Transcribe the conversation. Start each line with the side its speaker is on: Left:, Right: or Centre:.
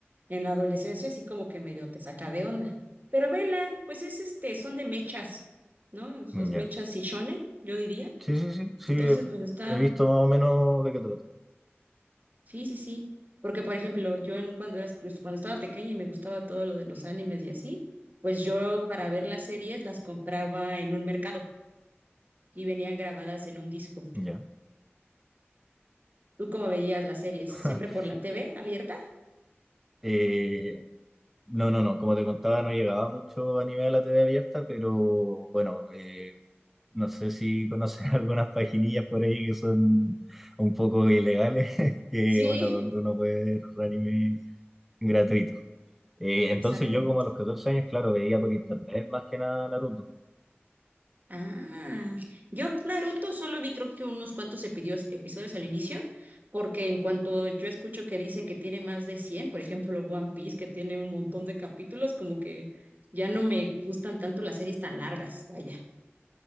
Right: en la adolescencia sí como que medio te saca de onda. Pero vela, pues es este, son de mechas, ¿no? Los
Centre: mm, ya.
Right: mechas y shonen, yo diría.
Centre: Sí, sí, sí, sí,
Right: Entonces,
Centre: he
Right: pues está,
Centre: he visto más o menos de qué trata.
Right: Sí, sí, sí. Porque, por ejemplo, yo en, cuando era, pues, cuando estaba pequeña y me gustaba todo lo de los animes y así, pues yo para ver las series las compraba en un mercado y venían grabadas en un disco.
Centre: Ya.
Right: ¿Tú cómo veías las series?
Centre: <laughs>
Right: ¿Siempre por la TV abierta?
Centre: Eh, No, no, no, como te contaba, no llegaba mucho anime a la TV abierta, pero bueno, eh, no sé si conoces <laughs> algunas paginillas por ahí que son un poco ilegales, <laughs> que
Right: Sí,
Centre: bueno, donde uno puede ver anime gratuito. Eh,
Right: <laughs> exacto.
Centre: entonces yo como a los 14 años, claro, veía por internet más que nada Naruto.
Right: Ah, yo Naruto solo vi creo que unos cuantos epidios- episodios al inicio, porque en cuanto yo escucho que dicen que tiene más de 100, por ejemplo One Piece, que tiene un montón de capítulos, como que ya no me gustan tanto las series tan largas, vaya.